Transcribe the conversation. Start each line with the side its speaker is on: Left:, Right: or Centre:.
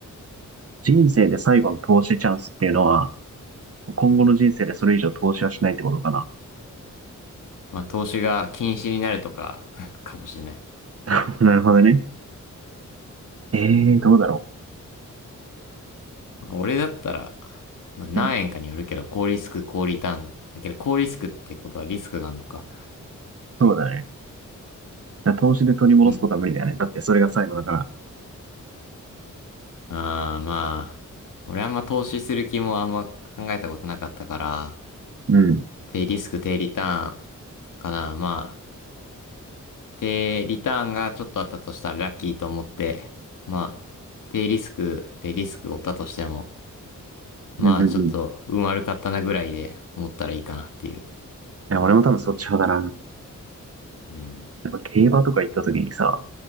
Right: 人生で最後の投資チャンスっていうのは、今後の人生でそれ以上投資はしないってことかな。
Left: まあ、投資が禁止になるとか、<laughs> かもしれない。
Right: <laughs> なるほどね。ええー、どうだろ
Left: まあ俺だったら、まあ、何円かによるけど、
Right: う。うん。
Left: 高リスク、高リターン。だけど、高リスクってことはリスクがあるのか。
Right: そうだね。だから投資で取り戻すことは無理だよね。
Left: うん
Right: だってそれが最後だから。
Left: ああ、まあ、俺あんま投資する気もあんま考えたことなかったから、
Right: うん。
Left: 低リスク低リターンかな。まあ、低リターンがちょっとあったとしたらラッキーと思って、まあ、低リスク、低リスク負ったとしても、まあちょっと運悪かったなぐらいで思ったらいいかなっていう。
Right: うんうんうん。いや、俺も多分そっち派だな。
Left: うん。
Right: やっぱ競馬とか行った時にさ、